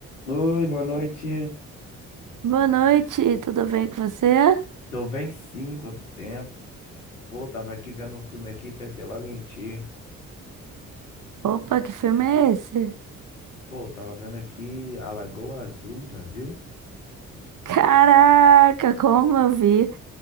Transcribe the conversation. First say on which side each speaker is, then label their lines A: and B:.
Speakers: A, on the left; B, on the right.
A: Oi, boa noite.
B: Boa noite, tudo bem com você?
A: Tô bem sim, quanto tempo. Pô, tava aqui vendo um filme aqui, pensei logo em ti.
B: Opa, que filme é esse?
A: Pô, tava vendo aqui A Lagoa Azul, já viu?
B: Caraca, como eu vi.